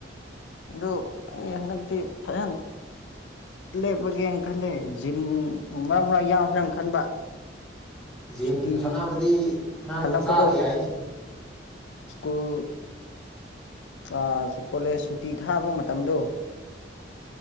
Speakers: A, on the left; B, in the centre.
A: ꯑꯗꯨ ꯑꯩ ꯍꯟꯗꯛꯗꯤ ꯐꯌꯥꯝ ꯂꯦꯞꯄꯒꯦꯅ ꯈꯜꯂꯦ ꯖꯤꯝ ꯃꯔꯛ ꯃꯔꯛ ꯌꯥꯎꯁꯤꯔꯥꯟ ꯈꯟꯕ
B: ꯖꯤꯝ
A: ꯁꯨꯇꯤ
B: ꯁꯥꯟꯅꯕꯗꯤ ꯅꯪ
A: ꯍꯜꯂꯛꯄꯗꯣ
B: ꯆꯥꯕ ꯌꯥꯏꯅꯦ
A: ꯁ꯭ꯀꯨꯜ ꯑꯥ ꯁꯨ ꯀꯣꯂꯦꯖ ꯁꯨꯇꯤ ꯊꯥꯕ ꯃꯇꯝꯗꯣ